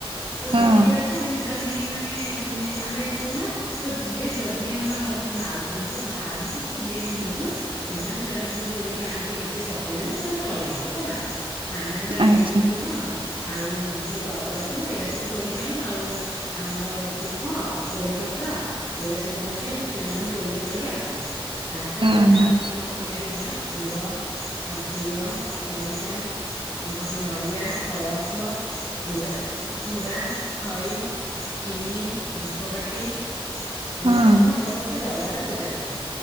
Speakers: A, on the left (about 45°); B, on the right (about 65°).
A: ତ
B: ହଁ
A: ସେ ବହିରେ ଅଛି ଆମେ ଜନେଇ ମାନେ ଆମେ ଛୁଉଁନା ତ ଯିଏ ଜହ୍ନି ଆମର ସେ ମାଉସୀ ହୁଅନ୍ତୁ ମା ହୁଅନ୍ତୁ କି ଯିଏ ବି ହୁଅନ୍ତୁ ସେମାନେ ଜହ୍ନିଫୁଲ ତୋଳିକି ଆଣିକି ନିଜେ ପକେଇଦେଲେ ଯେ ଚଳିବ ହେଲା ଆମେ ଆମର ବେଙ୍ଗିଲି
B: ଆଚ୍ଛା
A: ଫୁଲ ଆଉ ଯେଉଁ ଟଗର ଫୁଲ ଏରା ସବୁ ତୋଳିକି ଆଣୁ ଆଉ ଆମର ଧୁବ କୋଳିପତ୍ର ଏଇରା ସବୁ ଧରିକି ଆମେ ମାନେ ତୋଳିକି ତୋଳିକି ଆସିବୁ। ଆସାରିଲା
B: ହଁ
A: ପରେ ଆମର
B: ହଁ
A: କଣ ସଜାଡିବୁ ନା। କୁଡ଼ ଆଉ ଘିଅ ସଳିତା ଗୋଟେ ନଡ଼ିଆ କଳସ ଚୁଡ଼ ଚୁଡ଼ା ଖଇ ଚିନି ଧୂପକାଟି ଏଗରା
B: ହଁ।
A: ସବୁ ଆମର ଗୋଟେ ଡଲାରେ ସଜାଡ଼ିବୁ।